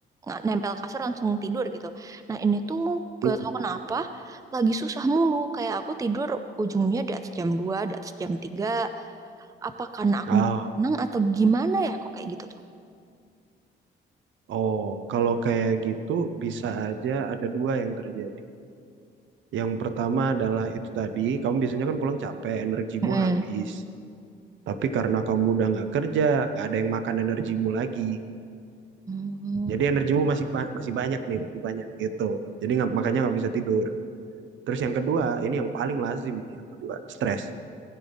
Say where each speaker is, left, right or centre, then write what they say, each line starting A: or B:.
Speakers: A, on the right; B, on the right.
A: nga- nempel kasur langsung tidur gitu. Nah, ini tuh
B: mm.
A: gak
B: mm.
A: tau kenapa lagi susah mulu kayak aku tidur ujungnya di atas jam dua di atas jam tiga Apa karena aku
B: Ah,
A: tenang atau gimana ya kok kayak gitu tuh.
B: oh, kalau kayak gitu bisa aja ada dua yang terjadi. Yang pertama adalah itu tadi, kamu biasanya kan pulang capek, energimu
A: Mm.
B: habis. Tapi karena kamu udah nggak kerja, nggak ada yang makan energimu lagi.
A: Mm.
B: Jadi energimu masih ba- masih banyak nih, masih banyak gitu. Jadi nggak, makanya nggak bisa tidur. Terus yang kedua, ini yang paling lazim nih, yang kedua, stres.